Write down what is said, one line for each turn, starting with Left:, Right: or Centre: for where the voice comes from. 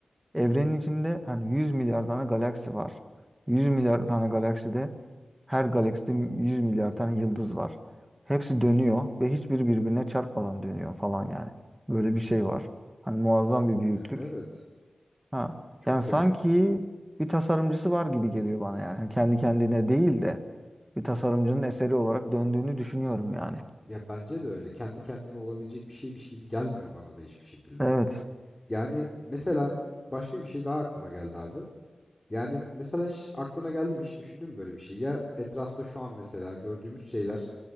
Right: Evrenin içinde hani 100 milyar tane galaksi var. 100 milyar tane galakside her galakside 100 milyar tane yıldız var. Hepsi dönüyor ve hiçbiri birbirine çarpmadan dönüyor falan yani. Böyle bir şey var. Hani muazzam bir büyüklük.
Left: Ya evet.
Right: Ha.
Left: Çok
Right: Yani sanki
Left: garip.
Right: bir tasarımcısı var gibi geliyor bana yani. Yani Kendi kendine değil de bir tasarımcının eseri olarak döndüğünü düşünüyorum yani.
Left: Ya bence de öyle. Kendi kendine olabilecek bir şeymiş gibi gelmiyor bana da hiçbir şekilde.
Right: Evet.
Left: Yani mesela başka bir şey daha aklıma geldi abi. Yani mesela hiç aklına geldi mi hiç düşündün mü böyle bir şey? Ya etrafta şu an mesela gördüğümüz şeyler